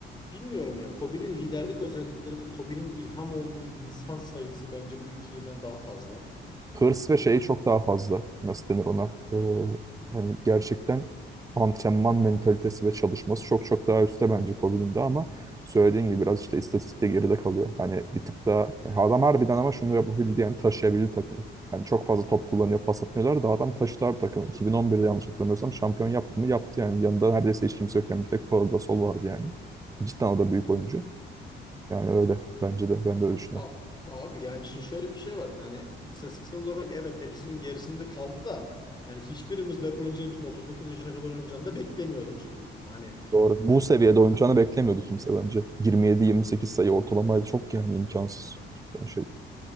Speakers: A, on the left (about 20°); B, on the right (about 15°).
A: bilmiyorum ya Kobe'nin liderlik özellikleri ve Kobe'nin ilham olduğu insan sayısı bence bu ikiliden daha fazla.
B: hırs ve şeyi çok daha fazla. Nasıl denir ona? Ee, hani gerçekten antrenman mentalitesi ve çalışması çok çok daha üstte bence Kobe'nin de ama söylediğin gibi biraz işte istatistikte geride kalıyor. Hani bir tık daha yani adam harbiden ama şunu yapabildi yani taşıyabildi takımı. Yani çok fazla top kullanıyor, pas atmıyorlar da adam taşıdı abi takımı. 2011'de yanlış hatırlamıyorsam şampiyon yaptı mı? Yaptı yani. Yanında neredeyse hiç kimse yokken bir tek Paul Gasol vardı yani. Cidden o da büyük oyuncu. Yani öyle. Bence de. Ben de öyle düşünüyorum.
A: A- abi yani şimdi şöyle bir şey var. Yani istatistiksel olarak evet hepsinin gerisinde kaldı da yani hiçbirimiz LeBron James'in 39 yaşına kadar oynayacağını da beklemiyorduk şimdi burada. Hani
B: Doğru. Bu seviyede oynayacağını beklemiyordu kimse bence. 27-28 sayı ortalamaydı. Çok yani imkansız. Cidden şey.